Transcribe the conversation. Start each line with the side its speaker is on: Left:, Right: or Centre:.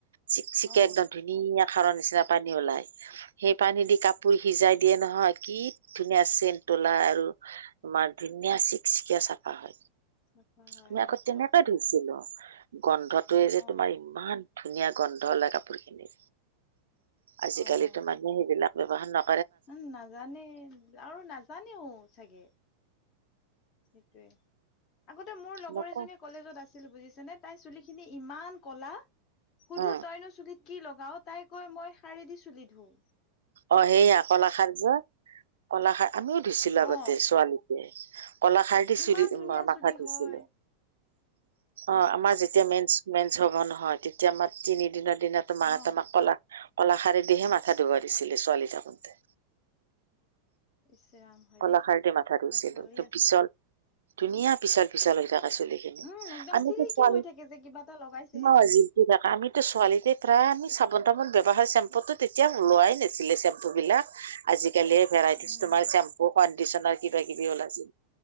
Right: শিক চিকে
Left: অ
Right: একদম ধুনীয়া সাৰৰ নিচিনা পানী ওলাই সেই পানী দি কাপোৰ সিজাই দিয়ে নহয় কি ধুনীয়া চেন ওলায় আৰু তোমাৰ ধুনীয়া চিকচিকীয়া চাফা হয়
Left: চাফা হয়
Right: আমি
Left: হয়
Right: আকৌ
Left: দিয়ক
Right: তেনেকুৱা ধুইছিলো গন্ধটোয়ে যে
Left: অ
Right: তোমাৰ ইমান ধুনীয়া গন্ধ ওলায় কাপোৰ খিনি আজিকালিতো
Left: অ
Right: মানুহে সেইবিলাক ব্যৱহাৰ ন
Left: উম নাজানে আৰু নাজানেও চাগে সেইটোয়ে আগতে মোৰ লগৰ
Right: নকয়
Left: এজনী কলেজত আছি ছিল বুজিছে নে তাই চুলি খিনি ইমান কলা সুধো
Right: অ
Left: তইনো চুলিত কি লগাও তাই কৈ মই শাৰে দি চুলি ধোও
Right: অ সেইয়া কলাখাৰ যে কলা খাৰ আমিও ধুইছিলো আগতে
Left: অ
Right: ছোৱালীটে কলাখাৰ দি
Left: ইমান
Right: চৰি
Left: ধুনীয়া
Right: মাথা
Left: চুলি
Right: ধইছিলো
Left: হয়
Right: অ আমাৰ যেতিয়া মেইন ম হব নহয় তেতিয়া আমাৰ তিনিদিনৰ দিনা মাই
Left: অ
Right: তোমাক কলা কলাশাৰি দিহে মাথা ধুব দিছিলে ছোৱালী থাকোঁতে
Left: ইচৰাম হয়
Right: কলাখাৰদি
Left: দেই
Right: মাথা
Left: এইবিলাক
Right: ধৰুইছিলো
Left: ভালেই আছিল
Right: পিছল ধুনীয়া পিছল পিছল হৈ থাক পাচলি খিনি
Left: উম একদম
Right: আমি
Left: চিল্কি
Right: তো ছোৱালী
Left: হৈ থাকে যে কিবা এটা লগাইছেহে
Right: ন
Left: চুলিত
Right: জিমটি ডেকা আমি ছোৱালীতে প্ৰায় আমি চাবোন চাবোন ব ব্যৱহাৰ চেম্পুতো তেতিয়া ওলোৱাই নাছিলে চেম্পু বিলাক আজিকি গলে ভেৰাইটিজ
Left: উম
Right: তোমাৰ চেম কডিচনাৰ কিবা কিবি ওলাই